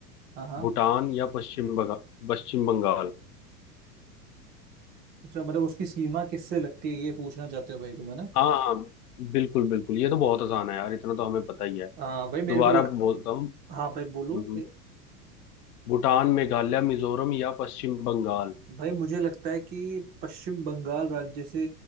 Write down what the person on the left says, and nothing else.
भूटान या पश्चिम बंगाल पश्चिम बंगाल
हाँ हाँ बिल्कुल बिल्कुल ये तो बहुत आसान है यार इतना तो हमें पता ही है
दोबारा
बोलता हूँ
हम्म, हम्म,
भूटान मेघालय मिजोरम या पश्चिम बंगाल